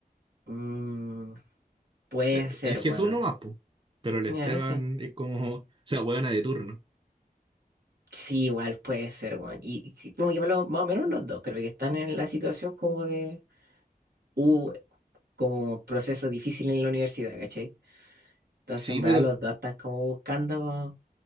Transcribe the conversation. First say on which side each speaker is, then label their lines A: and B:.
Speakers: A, on the right; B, on the right.
A: Mm, puede
B: Eh,
A: ser,
B: El Jesús
A: weón.
B: no más, po. Pero el Esteban
A: Ya, sí.
B: es como <laughs> la weona de turno.
A: Sí, igual puede ser, weón. Y, y sí, como que malo- más o menos los dos, creo que están en la situación como de, uh, como proceso difícil en la universidad, ¿cachai? Entonces,
B: Sí,
A: en
B: pero
A: verdad, los dos están como buscando